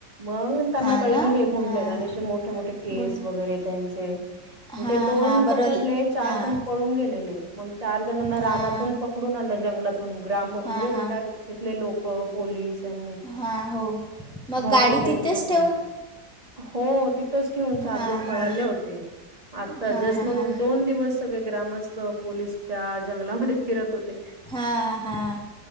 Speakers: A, on the right; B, in the centre.
A: मग त्यांना
B: हां
A: कळलं
B: ना
A: की हे गुंड
B: हां
A: आहेत आणिे असे मोठे मोठे केस
B: गुण
A: वगैरे त्यांचे
B: हां
A: ते दोन
B: हां
A: पकडले
B: बरोल
A: चार
B: हां
A: जण पळून गेलेले मग चार जणांना रानातून
B: हां
A: प पकडून आणलं जंगलातून ग्राम म्हणजे
B: हां हां
A: त्या तिथले लोक पोलीस यांनी
B: हा हो. मग
A: भरपूर
B: गाडी
A: त्यांच्याकड.
B: तिथेच ठेवून
A: हो तिथंच ठेऊून चार
B: हां
A: जण पळाले
B: हां
A: होते आता
B: हां
A: जस्ट
B: हां
A: मग
B: हां
A: दोन दिवस. सगळे ग्रामस्थ पोलीस त्या जंगलामध्ये फिरत होते.
B: हां हां.